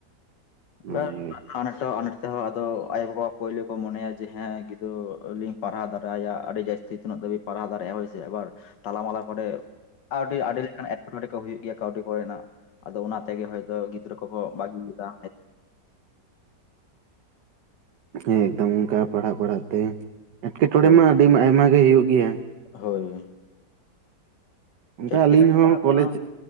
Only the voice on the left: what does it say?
<unintelligible> ᱟᱱᱟᱴ ᱛᱮ ᱦᱚᱸ ᱟᱱᱟᱴ ᱛᱮ ᱦᱚᱸ ᱟᱫᱚ ᱟᱭᱳ ᱵᱟᱵᱟ ᱯᱳᱭᱞᱳ ᱠᱚ ᱢᱚᱱᱮᱭᱟ ᱡᱮ ᱦᱮᱸ ᱜᱤᱫᱽᱨᱟᱹ ᱞᱤᱧ ᱯᱟᱲᱦᱟᱣ ᱫᱟᱨᱮᱭᱟ ᱟᱹᱰᱤ ᱡᱟ. ᱥᱛᱤ ᱼᱼ ᱛᱤᱱᱟᱹᱜ ᱫᱷᱟᱵᱤᱡ ᱯᱟᱲᱦᱟᱣ ᱫᱟᱲᱮᱭᱟᱜ ᱦᱚᱭ ᱥᱮ ᱟᱵᱟᱨ ᱛᱟᱞᱟ ᱢᱟᱞᱟ ᱠᱚ ᱨᱮᱼᱼ ᱟᱹᱰᱤ ᱟᱹᱰᱤ ᱞᱮᱠᱟᱱ ᱮᱴᱠᱮᱴᱚᱬᱮ ᱠᱚ ᱦᱩᱭᱩᱜ ᱜᱮᱭᱟ ᱠᱟᱹᱣᱰᱤ ᱠᱚ ᱨᱮᱱᱟᱜᱼᱼ ᱟᱫᱚ ᱚᱱᱟ ᱛᱮ ᱜᱮ ᱦᱚᱭ ᱛᱚ ᱜᱤᱫᱽᱨᱟᱹ ᱠᱚ ᱠᱚ ᱵᱟᱜᱤ ᱠᱮᱫᱟ᱾
ᱦᱳᱭ
ᱦᱳᱭ
ᱡᱟᱹᱥᱛᱤ
ᱠᱟᱭᱛᱮ
ᱧᱮᱞᱚᱜ
ᱠᱟᱱᱟ